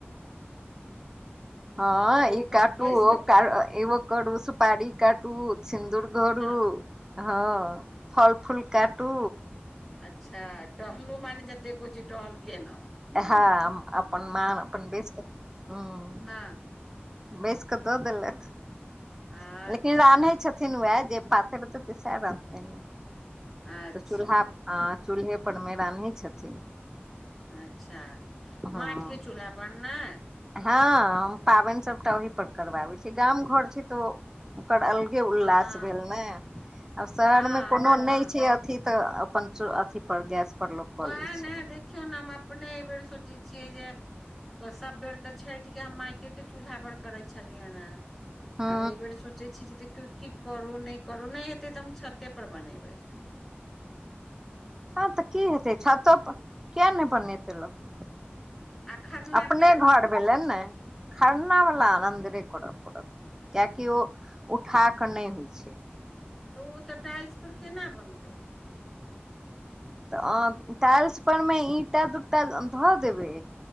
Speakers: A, on the right; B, in the centre.
A: हँ
B: आ ओ
A: ई
B: अपन
A: काटू
B: बैस
A: ओ
B: कऽ
A: करू सुपारी का टू सिन्दूर घोरू
B: हँ
A: हँ फल फुल काटू
B: अच्छा टहलू मने जतेक हो छै टहल केेलहुँ
A: हँ अपन मान अपन बेस हं
B: हँ
A: बैस कऽ दऽ देलथि
B: हँ अच्छा
A: लेकिन रान्है छथिन थीन वएह जे पातैर देतै सयह रन्हतै
B: अच्छा
A: तऽ चूल्हा अ हं चूल्हेपर मे रान्है छथिन
B: अच्छा
A: हँ
B: माटिके चूल्हापर ने
A: हँ हम पाबनि सबटा ओहि पर करबाबै छी गाम घर छै तऽ ओ ओकर अल गे उल्लास
B: हँ
A: भेल ने आब शहर
B: हँ
A: मे कोनो
B: हँ
A: नहि छै अथी तऽ अपन अथीपर गैस पर लोक कऽ
B: ओएह
A: लै छै
B: ने देखियौ ने हम अपने एहि बेेर सोचै छियै जे सब बेर तऽ छठि के हम माइटे के चूल्हावर करे छलिय हं
A: हँ
B: आब एहि बेर सो चै छी जे देखियौ की करू नहि करू नहि हेतै तऽ हम छते पर बनेबै
A: हँ तऽ की हेतै छतोपर किया नहि बनेतै लोक
B: आ खरना
A: अपने
B: के
A: घर भेलनि ने खरना वाला आनन्दरे करऽ पड़त कियाकि ओ उठा कऽ नहि होइ छै
B: तऽ ओ तऽ टाइल्स पर केना बनतै
A: तऽ टाइल्स पर मे ईंटा दूटा धऽ देबै